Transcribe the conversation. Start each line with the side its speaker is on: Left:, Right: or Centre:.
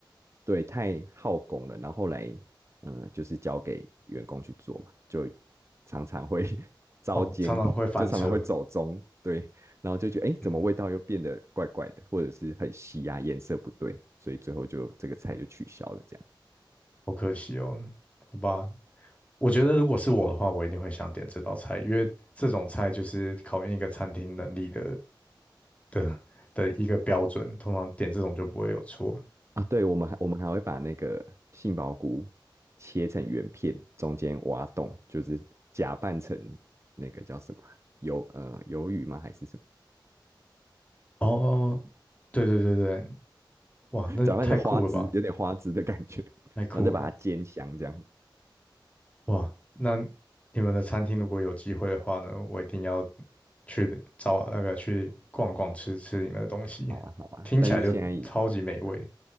Right: 对太耗工了，然后后来嗯、呃就是交给员工去做嘛，就常常会 <laughs> 糟践，
Left: 哦，常常会翻车，
Right: 就常常会走中，对，然后就觉得哎，诶怎么味道又变得怪怪的，
Left: 嗯，
Right: 或者是很稀啊，颜色不对，所以最后就这个菜就取消了这样
Left: 好可惜哦，好吧。我觉得如果是我的话，我一定会想点这道菜，因为这种菜就是考验一个餐厅能力的的的一个标准，通常点这种就不会有错。
Right: 啊。对，我们还我们还会把那个杏鲍菇切成圆片，中间挖洞，就是假扮成那个叫什么啊鱿呃鱿鱼吗？还是什么？
Left: 哦哦，哦对对对对，哇，那太酷了吧，
Right: 搅拌成花汁，有点花汁的感觉，<laughs>
Left: 太酷了。
Right: 然后再把它煎香，这样
Left: 哇，那你们的餐厅如果有机会的话呢，我一定要去的找那个去逛逛，吃吃你们的东西，
Right: 好啊好啊。
Left: 听起来就超级美味
Right: 但是现在，对啊，